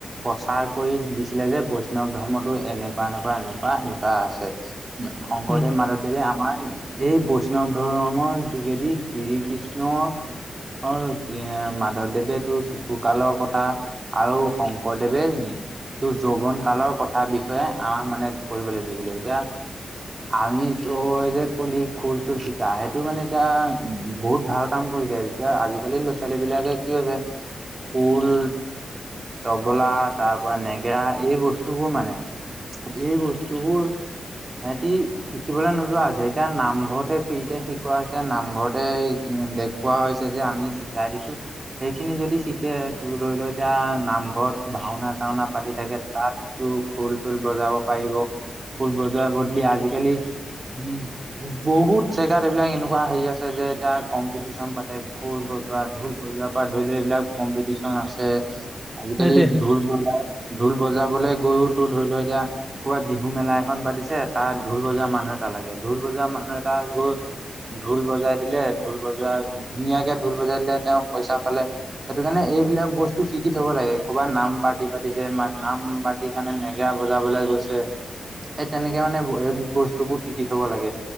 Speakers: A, on the right; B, in the centre.
A: প্ৰচাৰ কৰি দিছিলে যে বৈষ্ণৱ ধৰ্মটো এনেকুৱা এনেকুৱা এনেকুৱা এনেকুৱা আছে শংকৰদেৱ
B: উম
A: মাধৱদেৱ আমাৰ এই বৈষ্ণৱ ধৰ্মৰ যোগেদি শ্ৰীকৃষ্ণৰ আৰু মাধৱদেৱেতো শিশু কালৰ কথা আৰু শংকৰদেৱে এইটো যৌৱন কালৰ কথা বিষয়ে আমাক মানে পঢ়িবলৈ দিছিলে। এতিয়া আমি তই যে কলি খোল চুল চিকা সেইটো মানে এতিয়া উ বহুত ভাল কাম কৰিছে এতিয়া আজি। আজিকালি ল'ৰা ছোৱালীবিলাকে কি হৈছে খুল তবলা তাৰ পৰাৰা নেগেৰা এই বস্তু বস্তুবোৰ মানে এই বস্তুবোৰ সিহতি শিকিবলৈ নোযোৱা হৈছে এতিয়া নামঘৰতে ফ্ৰীতে শিকোৱা হৈছে নামঘৰতে দেখুওৱা হৈছে যে আমি শিকাই দিছো সেইখিনি যদি শিকে তোৰ ধৰি ল এতিয়া নামঘৰত ভাওনা চাওনা পাতি থাকে তাত খোল চুল বজাব পাৰিব। খুল বজোৱা বদলি আজিকালি উম, বহুত জেগাত এইবিলাক এনেকুৱা হেৰি আছে যে এতিয়া কম্পিটিচন পাতে খোল বজোৱা ঢোল বজোৱাৰ পৰা ধৰি লোৱা এইবিলাক কম্পিটিশন আছে। আজিকালি
B: সেইটোৱে সেই
A: ঢোল বজা ঢোল বজাবলে গৰু তো ধৰি লও এতিয়া ক'ৰবাত বিহু মেলা এখন পাতিছে তাত ঢোল বজোৱা মানুহে এটা লাগে ঢোল বজা মানুহ এটা গৈ ঢোল বজাই দিলে ঢোল বজাই ধুনীয়াকে ঢোল বজাই দিলে তেওঁ পইচা পালে সেইটো কাৰণে এইবিলাক বস্তু শিকি থ'ব লাগে ক'ৰবাত নাম পাৰ্টি পাতিছে নাম পাৰ্টিৰ কাৰণে নেগেৰা বজাবলৈ সেই তেনেকে মানে বস্তু বস্তুবোৰ শিকি থ'ব লাগে